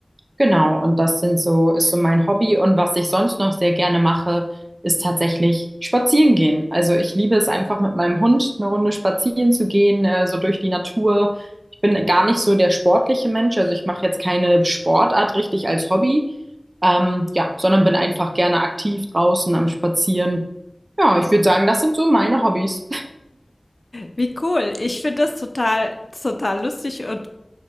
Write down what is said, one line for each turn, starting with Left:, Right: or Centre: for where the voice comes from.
Right: Genau, und das sind so, ist so mein Hobby. Und was ich sonst noch sehr gerne mache, ist tatsächlich spazieren gehen. Also ich liebe es einfach mit meinem Hund eine Runde spazieren zu gehen, äh, so durch die Natur. Ich bin gar nicht so der sportliche Mensch, also ich mache jetzt keine Sportart richtig als Hobby, ähm, ja, sondern bin einfach gerne aktiv draußen am Spazieren. Ja, ich würde sagen, das sind so meine Hobbys.
Left: Wie cool. Ich finde das total, total lustig und